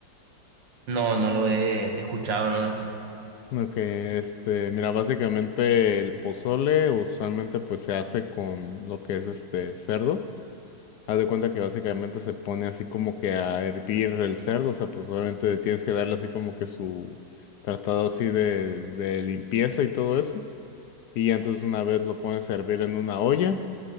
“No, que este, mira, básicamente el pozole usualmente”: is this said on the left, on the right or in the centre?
Left